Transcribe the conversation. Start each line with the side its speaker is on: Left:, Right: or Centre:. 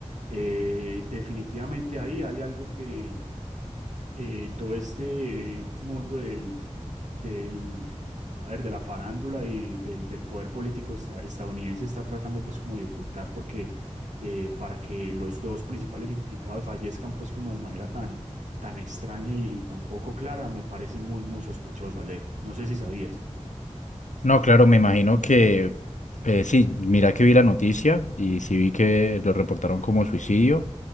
Right: Eh, definitivamente ahí hay algo que eh, todo este eh, mundo del, del, a ver, de la farándula y del, del poder político esta- estadounidense está tratando pues como de ocultar porque eh, para que los dos principales implicados fallezcan pues como de manera tan, tan extraña y, y tan poco clara, me parece muy, muy sospechoso, Alejo. No sé si sabías.
Left: No, claro, me imagino que eh, sí, mira que vi la noticia y sí vi que lo reportaron como suicidio.